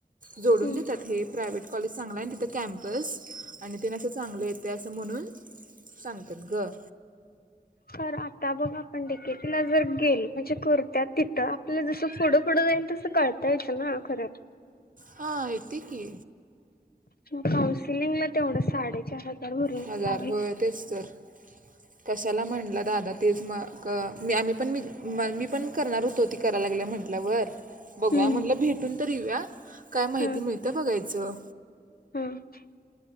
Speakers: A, on the right (about 55°); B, on the left (about 65°).
A: जोडून
B: हम्म
A: देतात हे प्रायवेट कॉलेज चांगल आहे आणि तिथं कॅम्पस आणि तिन असं चांगलं येतय असं म्हणून. सांगतात ग.
B: खर आता बघ आपण डीकेटीला जर गेल म्हणजे करत तिथं आपलं जसं फूड फूडं जान तस कळतयचं ना खरं.
A: हां येते की
B: मग काउन्सिलिंगला तेवढं साडेचार हजार भरून
A: हजार
B: लावायच.
A: होय तेच तर कशाला म्हटलं दादा तेच मग मी आम्ही पण म मी पण करणार होत ते. करा लागल्या म्हंटल्यावर. बघूया
B: हम्म
A: म्हणलं भेटून तर येऊया, काय माहिती
B: हा
A: मिळत्या बघायचं?
B: <unintelligible>